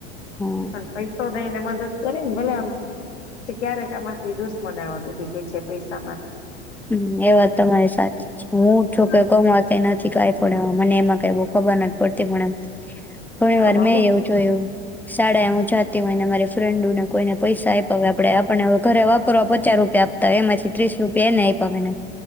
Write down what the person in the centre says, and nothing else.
હા
હં એ વાત તમારી સાચી છે, હું છું
કે કમાવતી નથ થી કાંઈ પણ એવુ મને એમાં કાંઈ બો ખબર નથ પડતી પણ એમ ઘણી વાર
મેં એવુ જોયુ શાળા હું જાતી હોય ને મારી ફ્રેન્ડુને કોઈને પૈસા આપપાવે આપડે આપણને હવે ઘરે વાપરવા પચા રૂપિયા આપતા એમાંથી ત્રીસ રૂપિયા એને આપ તમ એને